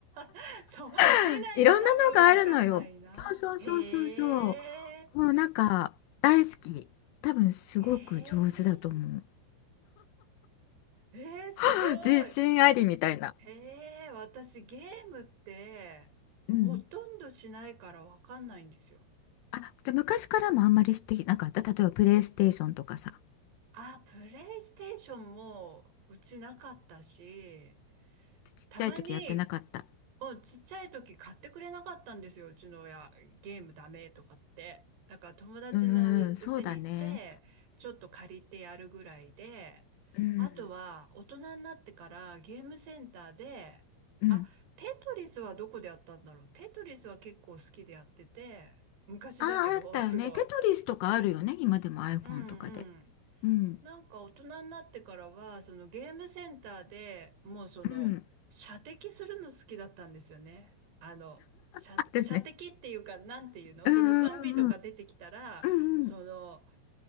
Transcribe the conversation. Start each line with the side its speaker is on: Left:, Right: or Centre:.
Right: <laughs> そう、
Left: <laughs>
Right: 見ないと多分わかんないな。
Left: いろんなのがあるのよ。そうそうそうそうそ
Right: へえ、
Left: う。もうなんか大好き。多分すごく上手だと思う。
Right: へえ、えー、すごい。
Left: <laughs> 自信ありみたいな。
Right: へえ、私ゲームってほとんどしないからわかんないんですよ。
Left: うん。あ、じゃあ昔からもあんまりしてなかった。例えばプレイステーションとかさ。
Right: あ、プレイステーションもうちなかったし、
Left: ちっちゃい時やってなかった。
Right: たまにうんちっちゃい時買ってくれなかったんですよ、うちの親。ゲームダメとかって。だから友達のううちに行って、
Left: うんうんうん、そうだね。
Right: ちょっと借りてやるぐらいで、
Left: うん。
Right: あとは大人になってからゲームセンターで、
Left: うん
Right: あ、テトリスはどこでやったんだろう。テトリスは結構好きでやってて、昔だけど、
Left: ああ、あったよね。
Right: すごい。
Left: テトリスとかあるよね。今でも iPhone
Right: うんうん。
Left: とかで。うん。
Right: なんか大人になってからは、そのゲームセンターでもうその射的するの好きだったんですよね。
Left: うん。
Right: あの、射、
Left: あるね。
Right: 射的っていうか、なんていうのそのゾンビとか出てきたら、
Left: うんうんうんうん。うんうん。
Right: その